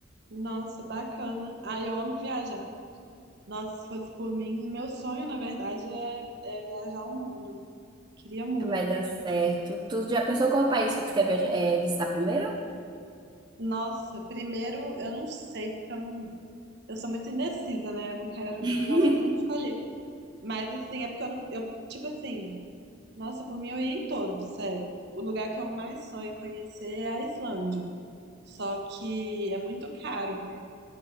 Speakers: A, on the right; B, on the right.
A: Nossa, bacana. Ah, eu amo viajar. Nossa, se fosse por mim, meu sonho, na verdade, é, é viajar o mundo. Queria muito.
B: vai dar certo. Tu já pensou qual é o país que tu quer viaja- é, visitar primeiro?
A: Nossa, primeiro, eu não sei, porque eu não. Eu sou muito indecisa, né? Eu não quero,
B: <laughs>
A: não gosto nem de escolher. Mas, assim, é porque eu não. Eu, tipo assim, nossa, por mim eu ia em todos, sério. O lugar que eu mais sonho em conhecer é a Islândia. Só que é muito caro, né?